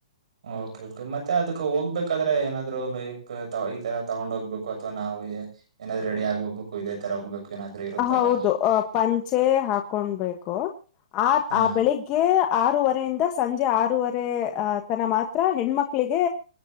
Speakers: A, on the right; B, on the left.
A: ಓಕೆ ಓಕೆ ಮತ್ತೆ ಅದಕ್ ಹೋಗ್ಬೇಕಾದ್ರೆ ಏನಾದ್ರು ಲೈಕ್ ಈ ತರ ತಗೊಂಡ್ ಹೋಗ್ಬೇಕು ಅಥವಾ ನಾವು ಏನಾದ್ರು ರೆಡಿ ಆಗ್ ಹೋಗ್ಬೇಕು ಇದೇ ತರ ಹೋಗ್ಬೇಕು ಏನಾದ್ರು ಇರುತ್ತಲ್ಲ
B: ಹೌದು ಅ ಪಂಚೆ ಹಾ ಕೊಂಡಬೇಕು ಆ
A: ಹಾ
B: ಆ ಬೆಳಿಗ್ಗೆ ಆರೂವರೆಯಿಂದ ಸಂಜೆ ಆರೂವರೆ ಅ ತನ ಮಾತ್ರ ಹೆಣ್ಮಕ್ಳಿಗೆ